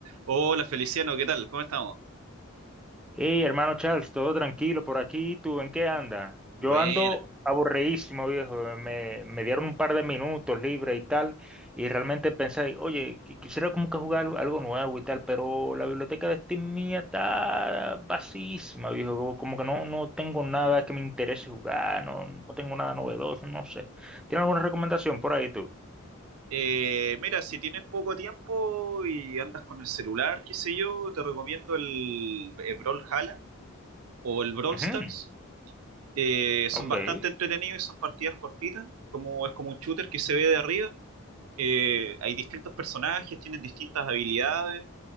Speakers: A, on the right (about 85°); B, in the centre.
A: Hola Feliciano, ¿qué tal? ¿Cómo estamos?
B: Hey, hermano Charles, todo tranquilo por aquí. ¿Tú en qué andas? Yo
A: Buena.
B: ando aburridísimo, viejo. Me, me dieron un par de minutos libre y tal. Y realmente pensé, oye, qui- quisiera como que jugar algo algo nuevo y tal, pero la biblioteca de Steam mía está vacísima, viejo. Como como que no, no tengo nada que me interese jugar, no, no tengo nada novedoso, no sé. ¿Tienes alguna recomendación por ahí tú?
A: Eh, mira, si tienes poco tiempo y andas con el celular, qué sé yo, te recomiendo el, el Brawl Hala o el Brawl
B: Ujú,
A: Stars. Eh, son
B: Ok.
A: bastante
B: Eh,
A: entretenidos y son partidas cortitas, como es como un shooter que se ve de arriba. Eh, hay distintos personajes, tienen distintas habilidades